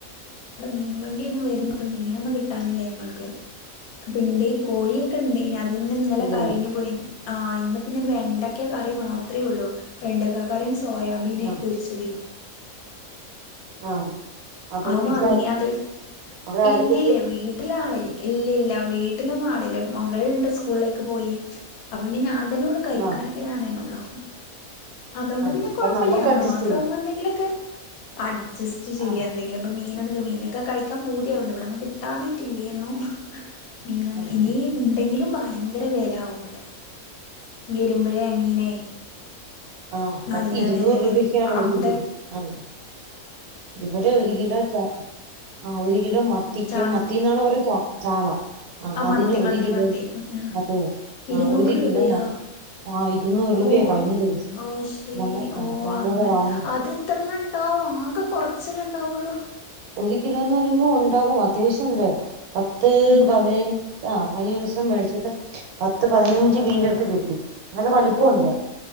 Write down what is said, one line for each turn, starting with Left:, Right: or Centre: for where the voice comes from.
Left: വിടെ മീൻ വണ്ടിൊന്നും വര മീനൊന്നും കിട്ടാനില്ല ഞങ്ങൾക്ക്പ്പണ്ട് ഒരു കോഴിയക ണ്ടേ ന് അത് പിന്നെ ന്നല്ല
Right: ഇല്ലാല്ലേ
Left: കഴിഞ്ഞു പോയിന്ന് ആഹ ഇന്ന് പിന്നെ വെണ്ടക്ക കറി മാത്രമേ ഉള്ളൂ വെണ്ടക്ക കറിയും സോയാബീന്
Right: ആഹ്
Left: പൊരിച്ചത്
Right: ആഹ്
Left: <unintelligible>
Right: അപ്പഴ് വീട്ടിലാര
Left: അത് റങിത്
Right: അവിടെ ആരൊക്കെയുണ്ട്
Left: ഇല്ലില്ല വീട്ടിലാ ള് ഇല്ല ഇല്ല വീട്ടിലൊന്നും ആളില്ല മകളുണ്ട് സ്കൂളിലേക്ക് പോയി അപ്പൊ പിന്നെ ഞാൻ അതനെയുള്ളു കഴിക്കാനൊക്കെ
Right: ആഹ്
Left: ഞാനെന്നെ ഉള്ളു അതുകൊണ്ട്
Right: ആഹ്
Left: പിന്നെ
Right: അപ്പൊ
Left: കുഴപ്പല്ലേ
Right: നമ്മക്ക്
Left: നമ്മള്
Right: അഡ്ജസ്റ്റ്
Left: മാത്ര
Right: ചെയ്യാം
Left: എന്തെങ്കിലുമൊക്കെ അഡ്ജസ്റ്റ് ചെയ്യാം
Right: ആഹ്
Left: എന്തെങ്കിലും ഇ മീനൊ മീനൊക്കെ കഴിക്കാൻ പൂതിയുവ്ണ്ട് ഇവിടെന്നും കിട്ടാന്നിട്ടില്ലേനും മീനോന്ന്
Right: ആഹ്
Left: ഇനി ഉണ്ടെങ്കിലും ഭയങ്കര വില ആവും ഇവിടെ വരുമ്പോഴേ മീനെ
Right: ആഹ
Left: നല്ല
Right: പത്തി ഇരുന്നൂറ്
Left: വിലയാണ്
Right: രൂപക്കാണ്
Left: അവിടെ
Right: ഒരിക്കില ആ ഇവിടെ ഒരു കിലോ ച ആ ഒരു കിലോ മത്തിക്ക്
Left: ചാളക്ക്
Right: മത്തിന്നാണോ പറയ ചാ ചാള ആ അതിന്
Left: മത്തി
Right: ഒരു
Left: മത്തി
Right: കിലോ
Left: മത്തി ആ
Right: മറ്റേ
Left: ഇരുന്നൂറ്
Right: ആ ഒരു
Left: രൂപയോ
Right: കിലോമ ആഹ ഇരുന്നൂറ് രൂപയാ
Left: ഓ
Right: കഴിഞ്ഞ ദിവസം
Left: ഓ ശരി
Right: ഞങ്ങള്
Left: ഓ
Right: ആ ഞങ്ങളിവിടെ
Left: അങ്ങനെ
Right: വാങ്ങി
Left: അത് ഇത്രണ്ണം ആകെ കുറച്ചല്ല ഉണ്ടാവുള്ളൂ
Right: ഒരു കിലോന്ന് പറയുമ്പോ ഉണ്ടാകും അത്യാവശ്യംണ്ട് പത്ത്
Left: ഉണ്ടോ
Right: പതിനഞ്ച ആ കഴിഞദിവസം മേടിച്ചിട്ട് പത്ത് പതിനഞ്ച് മീൻ്റെ അടുത്ത് കിട്ടി നല്ല
Left: ഓ
Right: വലിപ്പമുണ്ട്
Left: ഓ